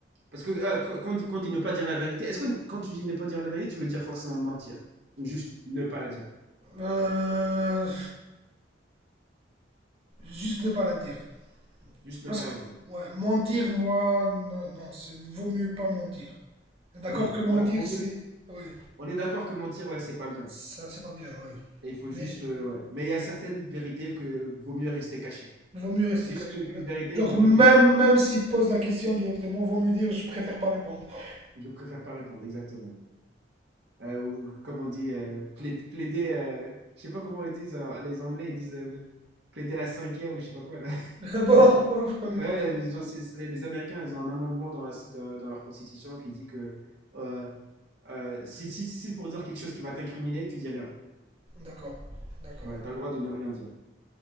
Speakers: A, on the right; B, on the right.
A: Parce que euh, quand quand on dit, quand on dit ne pas dire la vérité, est-ce que quand tu dis ne pas dire la vérité, tu veux dire forcément mentir? Ou juste ne pas la dire?
B: Euh, juste ne pas la dire.
A: Juste ne
B: Parce
A: pas
B: que,
A: la dire.
B: ouais, mentir, moi, non, non, c'est vaut mieux pas mentir. D'accord
A: Oui,
B: que
A: voilà,
B: mentir,
A: vaut mieux.
B: c'est, oui
A: On est d'accord que mentir, ouais, c'est pas bien.
B: ça, c'est pas bien, oui
A: Et il faut
B: Mais
A: juste, euh, ouais. Mais il y a certaines vérités que vaut mieux rester cachées.
B: vaut mieux rester
A: C'est juste
B: caché.
A: que- qu'une vérité
B: Genre,
A: qu'il faut
B: même,
A: qu'elle sorte.
B: même s'il te pose la question directement, vaut mieux dire, je préfère pas répondre. <laughs>
A: Je préfère pas répondre, exactement. Euh, ou comme on dit, euh, plaid- plaider, euh, je sais pas comment ils disent, euh, les Anglais, ils disent euh, plaider la cinquième ou je sais pas quoi, là. <laughs>
B: Ah bon,
A: Parce que
B: moi, je connais
A: ouais,
B: pas.
A: genre, c'est- c'est- les Américains, ils ont un amendement dans, la- dans, dans leur constitution qui dit que euh, euh, si, si, si pour dire quelque chose qui va t'incriminer, tu dis rien.
B: D'accord, d'accord.
A: Ouais, t'as le droit de ne rien dire.